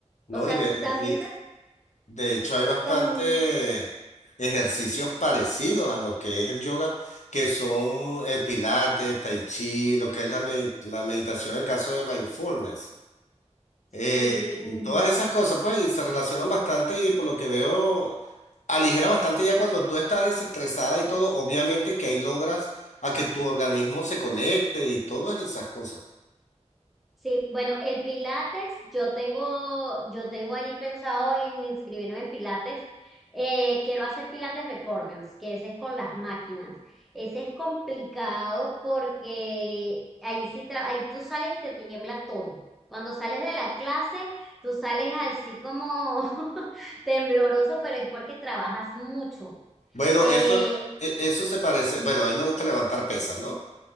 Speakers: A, on the left; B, in the centre.
A: No,
B: O sea,
A: y de,
B: también se
A: y
B: hace,
A: de hecho hay bastante
B: también,
A: ejercicios parecidos a lo que es el yoga, que son el pilates, tai chi, lo que es la, medi- la meditación en el caso de mindfulness. Eh,
B: sí, mm,
A: y todas esas cosas, pues, y se relacionan bastante y por lo que veo, aligera bastante ya cuando tú estás desestresada y todo, obviamente que ahí logras a que tu organismo se conecte y todas esas cosas.
B: Sí, bueno, el Pilates, yo tengo, yo tengo ahí pensado en inscribirme en Pilates. Eh, quiero hacer Pilates Reformers, que ese es con las máquinas. Ese es complicado porque ahí sí, tra- ahí tú sales y te tiembla todo. Cuando sales de la clase, tú sales así como <laughs> tembloroso, pero es porque trabajas mucho.
A: Bueno,
B: Eh,
A: eso, e- eso se parece, bueno, a mí me gusta levantar pesas, ¿no?